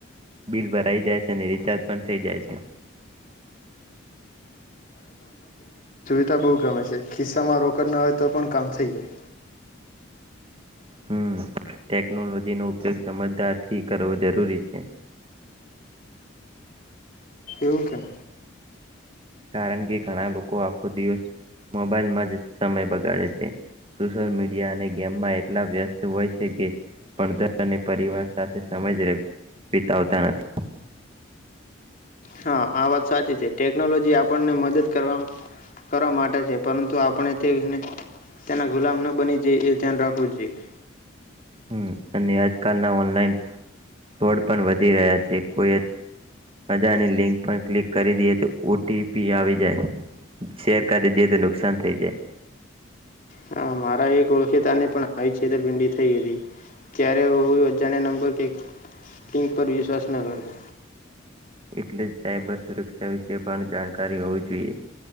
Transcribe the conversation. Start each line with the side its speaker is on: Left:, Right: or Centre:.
Right: બિલ ભરાઈ જાય છે અને રિચાર્જ પણ થઈ જાય છે
Left: બહ ગમે છે ખિસ્સામાં રોકડ ના હોય તો પણ કામ થઈ જાય
Right: હમ ટેકનોલોજીનોો ઉપયોગ સમજદાર થી કરવો જરૂરી છે
Left: વું કેમ
Right: કારણ કે ઘણા લોકો આખો દિવસ મોબાઈલમાં જ સમય બગાડે છે સોશિયલ મીડિયા અને ગેમમાં એટલા વ્યસ્ત હોય છે કે ભત અને પરિવાર સાથે સમય જ વિતાવતા નથી
Left: હા આ વાત સાચી છે ટેકનોલોજી આપણને મદદ કરવાવામાં કરવા માટે છે પરંતુ આપણે તેને તેના ગુલામ ન બની જાય એ ધ્યાન રાખવું જોઈએ
Right: હમ અને આજકાલ ના ઓનલાઈન ફોડ પણ વધી રહ્યા છે કોઈ રજાની લિંક પણ ક્લિક કરી દઈએ તો ઓટીપી આવી જાય શેર કરી દઈએ તો નુકસાન થઈ જાય
Left: હ મારા એક ઓળખેતાને પણ આવી છેતરપિંડી થઈ હતી ત્યારે હું અજાને નંબર કેિંગ પર વિશ્વાસ ન કરતો
Right: એટલે જ સાયબર સુરક્ષા વિશે તે પણ જાણકારી હોવી જોઈએ